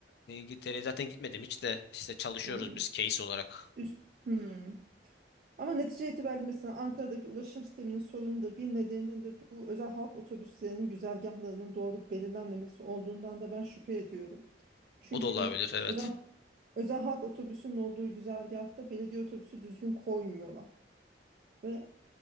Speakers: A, on the left; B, on the right.
A: İngiltere'ye zaten gitmedim hiç de işte çalışıyoruz
B: hmm,
A: biz case olarak.
B: üst, hmm. Ama netice itibariyle mesela Ankara'daki ulaşım sisteminin sorunu da bir nedeninin de bu özel halk otobüslerinin güzergahlarının doğru belirlenmemesi olduğundan da ben şüphe ediyorum. Çünkü
A: O da olabilir evet.
B: özel özel halk otobüsünün olduğu güzergahta belediye otobüsü düzgün koymuyorlar. Ve